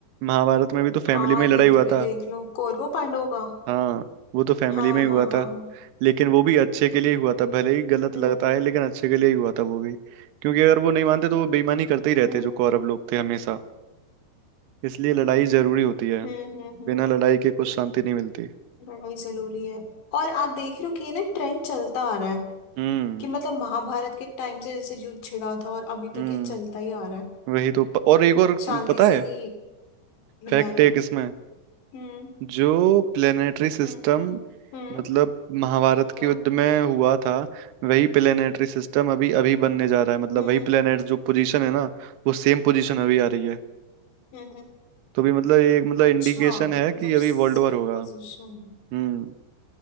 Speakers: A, on the right; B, on the left.
A: महाभारत में भी तो
B: हाँ
A: फैमिली में
B: युद्ध
A: ही लड़ाई हुआ
B: भी
A: था
B: देख लो कौरवों पांडवों का
A: हाँ वो तो फैमिली
B: हाँ
A: में ही
B: हाँ
A: हुआ
B: हाँ
A: था लेकिन वो भी
B: वो
A: अच्छे के
B: तो
A: लिए ही हुआ था भले ही गलत
B: हम्म
A: लगता है लेकिन अच्छे के लिए ही हुआ था वो भी क्योंकि अगर वो नहीं मानते तो वो बेईमानी करते ही रहते
B: हम्म
A: जो
B: हम्म
A: कौरव लोग थे हमेशा इसलिए लड़ाई जरूरी होती है
B: हम्म हम्म हम्म,
A: बिना लड़ाई के कुछ शांति नहीं मिलती
B: लड़ाई जरूरी है और आप देख रहे हो कि ये ना ट्रेंड चलता आ रहा है
A: हम्म
B: कि मतलब महाभारत के टाइम से जैसे युद्ध छिड़ा था और अभी
A: हम्म
B: तक ये चलता ही आ रहा है
A: वही तो प- और एक और
B: शांति
A: पता
B: से
A: है
B: नहीं
A: फैक्ट
B: रह रहे
A: एक इसमें
B: हम्म
A: जो प्लेनेटरी सिस्टम
B: हम्म हम्म हम्म,
A: मतलब महाभारत
B: क्या
A: के युद्ध में हुआ था वही प्लेनेटरी सिस्टम अभी अभी बनने जा रहा है मतलब
B: हम्म
A: वही प्लेनेट जो पोजीशन है ना वो सेम पोजीशन अभी आ रही है
B: हम्म हम्म।
A: तो भी मतलब ये एक मतलब
B: अच्छा
A: इंडिकेशन है कि
B: मतलब
A: अभी
B: सेम
A: वर्ल्ड वॉर होगा
B: पोजीशन
A: हम्म